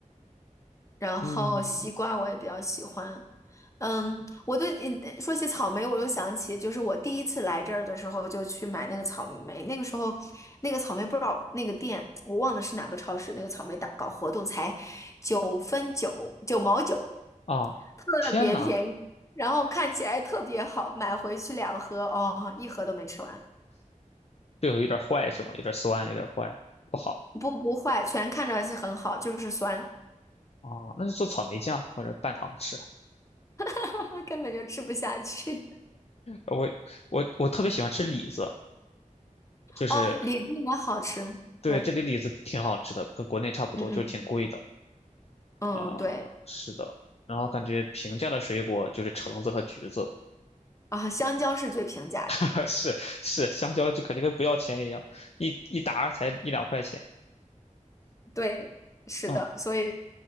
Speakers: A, on the left; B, on the left.
A: 然后西瓜我也比较喜欢。
B: 嗯
A: 嗯，我对，嗯说起草莓，我又想起，就是我第一次来这儿的时候，就去买那个草莓。那个时候，那个草莓不知道那个店，我忘了是哪个超市，那个草莓打搞活动才九分九九毛九，
B: 啊，
A: 特别便宜，
B: 天呐，
A: 然后看起来特别好，买回去两盒，哦，一盒都没吃完，
B: 这个有点坏是吗？有点酸，有点坏，不好。
A: 不不坏，全看着是很好，就是酸，
B: 哦，那就做草莓酱或者拌糖吃。
A: <laughs> 根本就吃不下去。
B: 我我我特别喜欢吃李子，就是
A: 哦，李子也好吃，
B: 对这里李子挺好吃的，
A: 对。
B: 跟国内差不多，
A: 嗯嗯。
B: 就是挺贵的。
A: 嗯，
B: 啊、
A: 对
B: 是的。然后感觉平价的水果就是橙子和橘子，
A: 啊，香蕉是最平价的，
B: <laughs> 是是，香蕉就感觉跟不要钱一样，一一打儿才一两块钱。
A: 对，是的，
B: 嗯，
A: 所以，